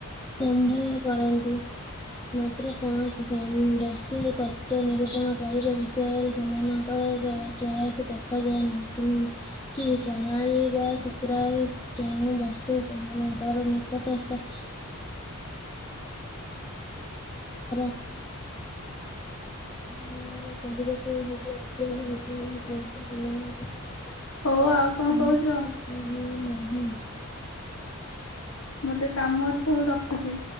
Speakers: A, on the left; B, on the left.
A: ସମ୍ଭବ କରନ୍ତି ମାତ୍ର କୌଣସି ବସ୍ତୁରେଥା <inaudible> ନିରୂପଣ କରିବା ବିଷୟରେ ସେମାନଙ୍କର ପ୍ରୟାସ ଦେଖାଯାଏନାହିଁ କି କି ଚଣାଳି ବା ଶକ୍ର କେଉଁ ବସ୍ତୁ ସେମାନଙ୍କର ନିକଟସ୍ଥ <unintelligible> <unintelligible>
B: ହଉ ଆଉ କଣ କହୁଛ
A: <unintelligible> ନାହିଁ।
B: ମୋର ଟିକେ କାମ ହଉ ରଖୁଛି।